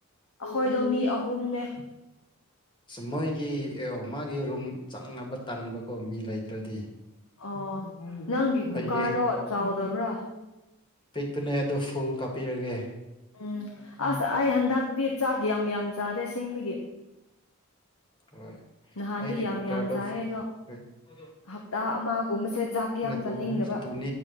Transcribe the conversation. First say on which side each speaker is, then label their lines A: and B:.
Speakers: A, on the left (about 70°); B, on the left (about 20°).
A: ꯑꯩꯈꯣꯏꯗꯣ ꯃꯤ ꯑꯍꯨꯝꯅꯦ
B: ꯑꯁ ꯃꯣꯏꯒꯤ ꯃꯥꯒꯤ ꯔꯨꯝ ꯆꯪꯅꯕ ꯇꯟꯕꯀꯣ ꯃꯤ ꯂꯩꯇ꯭ꯔꯗꯤ
A: ꯑꯣ ꯅꯪꯒꯤ ꯀꯨꯀꯥꯔꯗꯣ
B: ꯑꯩꯒꯤ
A: ꯆꯥꯎꯗꯕ꯭ꯔꯥ
B: ꯄꯤꯛꯄꯅꯦ ꯑꯗꯣ ꯐꯨꯜ ꯀꯥꯞꯄꯤꯔꯒꯦ
A: ꯎꯝ ꯑꯁ ꯑꯩ ꯍꯟꯗꯛꯇꯤ ꯆꯥꯛ ꯌꯥꯝ ꯌꯥꯝ ꯆꯥꯗ꯭ꯦ ꯁꯦꯡꯕꯒꯤ
B: ꯍꯣꯏ
A: ꯅꯍꯥꯟꯗꯤ
B: ꯑꯩꯒꯤ
A: ꯌꯥꯝ
B: ꯀꯨꯀꯥꯔꯗꯣ
A: ꯌꯥꯝ ꯆꯥꯏꯌꯦ
B: ꯑꯣꯐ
A: ꯑꯗꯣ
B: ꯇ
A: ꯍꯞꯇꯥ ꯑꯃꯒꯨꯝꯕꯁꯦ ꯆꯥꯛ ꯌꯥꯝ ꯆꯥꯅꯤꯡꯗꯕ
B: ꯇꯨ ꯅꯁ ꯊꯨ